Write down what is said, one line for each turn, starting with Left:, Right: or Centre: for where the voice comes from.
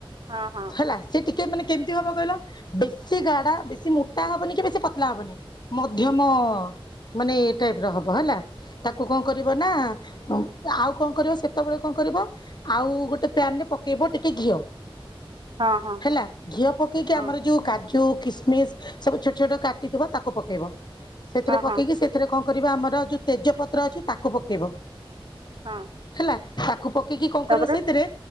Right: ହଁ ହଁ।
Left: ହେଲା, ସେ ଟିକେ ମାନେ କେମିତି ହବ କହିଲ, ବେଶୀ ଗାଢା, ବେଶୀ ମୋଟା ହବନି କି ବେଶୀ ପତଲା ହବନି। ମଧ୍ୟମ ମାନେ ଏ ଟାଇପ୍ ର ହବ ହେଲା, ତାକୁ କଣ କରିବ ନା, ଆଉ କଣ କରିବ, ସେତେବେଳେ କଣ କରିବ ଆଉ ଗୋଟେ ପ୍ୟାନ୍ ରେ ପକେଇବ ଟିକେ ଘିଅ
Right: ହଁ ହଁ
Left: ହେଲା ଘିଅ ପକେଇକି
Right: ହଁ
Left: ଆମର ଯୋଉ କାଜୁ, କିସମିସ୍, ସବୁ ଛୋଟ ଛୋଟ କାଟିଥିବ, ତାକୁ ପକେଇବ, ସେଥିରେ
Right: ହଁ
Left: ପକେଇକି
Right: ହଁ
Left: ସେ ଏଥିରେ କଣ କରିବା ଆମର ଯୋଉ ତେଜ ପତ୍ର ଅଛି, ତାକୁ ପକେଇବ।
Right: ହଁ
Left: ହେଲା, ତାକୁ ପକେଇକି କଣ
Right: ତାପରେ
Left: କରିବ ସେଇଥିରେ